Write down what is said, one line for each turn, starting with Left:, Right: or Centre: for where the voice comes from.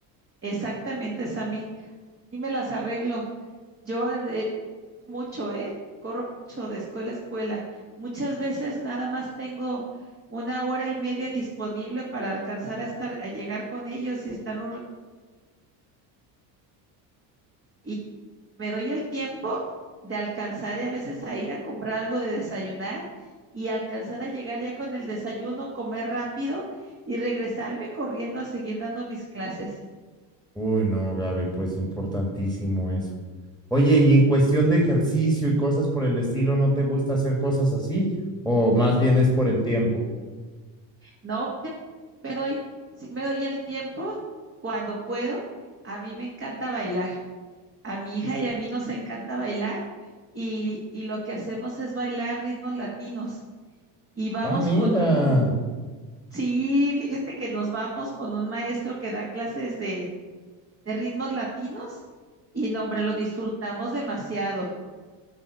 Right: Exactamente, Sammy. Y me las arreglo. Yo eh, mucho, ¿eh? Corro mucho de escuela a escuela. Muchas veces nada más tengo una hora y media disponible para alcanzar a estar, a llegar con ellos y estar un ra- y me doy el tiempo de alcanzar eh, a veces a ir a comprar algo de desayunar y alcanzar a llegar ya con el desayuno, comer rápido y regresarme corriendo a seguir dando mis clases.
Centre: Uy, no, Gaby, pues importantísimo eso. Oye, y en cuestión de ejercicio y cosas por el estilo, ¿no te gusta hacer cosas así? ¿O más bien es por el tiempo?
Right: No, me doy, sí me doy el tiempo cuando puedo. A mí me encanta bailar. A mi hija y a mí nos encanta bailar y, y lo que hacemos es bailar ritmos latinos y vamos
Centre: Ah, mira.
Right: con un, sí, fíjate que nos vamos con un maestro que da clases de, de ritmos latinos y no, hombre, lo disfrutamos demasiado.